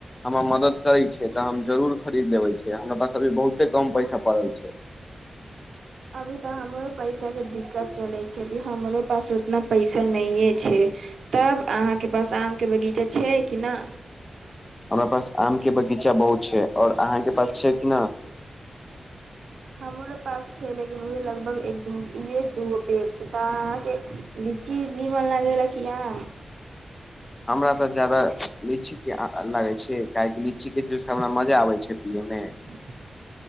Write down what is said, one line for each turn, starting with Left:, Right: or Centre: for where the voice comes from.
Left: हमरा मदद करैत छै तऽ हम जरूर खरीद लबै छिय हमरा पास अभी बहुते कम पैसा पड़ल छै
Right: अभी तऽ हमरो पैसा के दिक्कत चले छै अभी हमरो पास उतना पैसा नैये छै तब अहाँके पास आम के बगीचा छै कि न
Left: हमरा पास आम के बगीचा बहुत छै आओर अहाँके पास छै कि न
Right: हमरो पास छै लेकिन उहे लगभग एक द दूगो पेड़ छै तऽ अहाँके चीज निमन लागेला कि आम
Left: हमरा तऽ जायदा लीचीके लागै छै काहेकि लीचीके जूस हमरा मजा आबै छै पियैमे
Right: <inaudible>